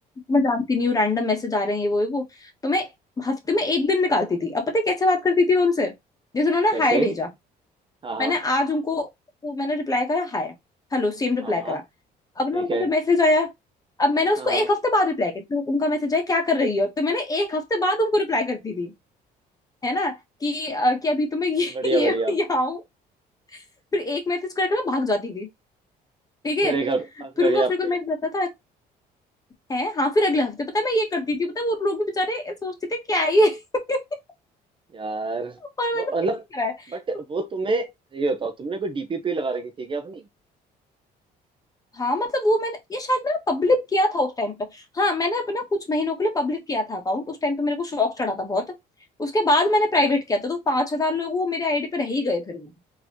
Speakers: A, on the left; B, on the right.
A: मैं जानती नहीं हूँ रैंडम मैसेज आ रहे हैं ये वो ये वो तो मैं हफ्ते में एक दिन निकालती थी अब पता है कैसे बात करती थी मैं उनसे जैसे उन्होंने
B: कैसे
A: हाय भेजा
B: हाँ हाँ
A: मैंने आज उनको वो मैंने रिप्लाई करा हाय हेलो सेम रिप्लाई
B: हाँ हाँ
A: करा अब
B: ठीक
A: ना उनको
B: है
A: मैसेज आया अब मैंने उसको
B: हाँ हाँ
A: एक हफ्ते बाद रिप्लाई किया तो उनका मैसेज आया क्या कर रही हो तो मैंने एक हफ्ते बाद उनको रिप्लाई करती थी है ना कि अ, कि अभी तो मैं ये
B: बढ़िया
A: <laughs> ये
B: बढ़िया
A: यहाँ हूँ फिर एक मैसेज करके मैं भाग जाती थी ठीक है
B: फिर एक अब फिर
A: फिर
B: अगले
A: उनका
B: हफ्ते
A: फिर कोई मैसेज आता था है हाँ फिर अगले हफ्ते पता है मैं ये करती थी पता है वो लोग भी बेचारे सोचते थे क्या है ये <laughs>
B: यार
A: और
B: वो
A: मैंने
B: मतलब
A: ऐसे ही करा है
B: बट
A: तो
B: वो तुम्हें ये बताओ तुमने कोई डीपीपी लगा रखी थी क्या अपनी
A: हाँ मतलब वो मैंने ये शायद मैंने पब्लिक किया था उस टाइम पे हाँ मैंने अपना कुछ महीनों के लिए पब्लिक किया था अकाउंट उस टाइम पे मेरे को शौक चढ़ा था बहुत उसके बाद मैंने प्राइवेट किया था तो पांच हजार लोग वो मेरे आईडी पे रह ही गए फिर वो